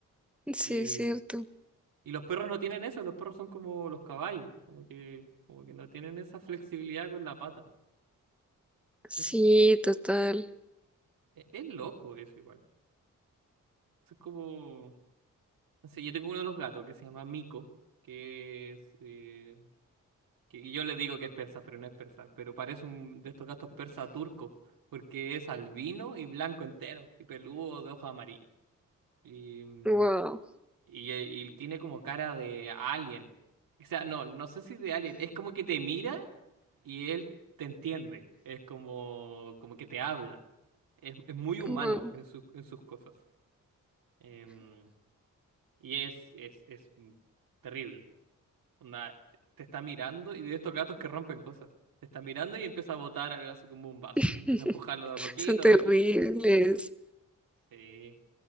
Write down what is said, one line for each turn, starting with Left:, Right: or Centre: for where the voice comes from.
Centre: Sí,
Right: y
Centre: es cierto.
Right: Y los perros no tienen eso, los perros son como los caballos, como que, como que no tienen esa flexibilidad con la pata.
Centre: Sí,
Right: Es,
Centre: total.
Right: e- es, loco eso igual. Es como, no sé, yo tengo uno de los gatos que se llama Mico, que es, eh, que yo le digo que es persa, pero no es persa, pero parece un de estos gatos persa turco, porque es albino y blanco entero, y peludo de hoja amarilla. Y, mm,
Centre: Wow,
Right: Y, eh, y tiene como cara de alien. O sea, no, no sé si de alien. Es como que te mira y él te entiende. Es como, como que te habla. Es, es muy humano
Centre: wow.
Right: en sus- en sus cosas. Em, y es, es, es terrible. Onda, te está mirando y de estos gatos que rompen cosas. Te está mirando y empieza a botar algo así como un vaso.
Centre: <laughs>
Right: Empieza a empujarlo de a poquito,
Centre: Son terribles.
Right: de a poquito. Sí.